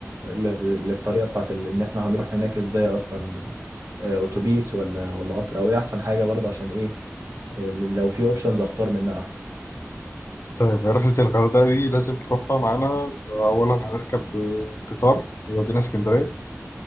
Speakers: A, on the right (about 65°); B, on the left (about 55°).
A: لل- للطريقة بتاعت ال... إن إحنا هنروح هناك إزاي أصلا آه، أتوبيس ولا ولا قطر أو إيه أحسن حاجة برضه عشان إيه آه، لو في أوبشنز أختار منها أحسن
B: طيب هي رحلة الغردقة دي لازم تروحها معانا أولا هنركب آه، قطار يودينا اسكندرية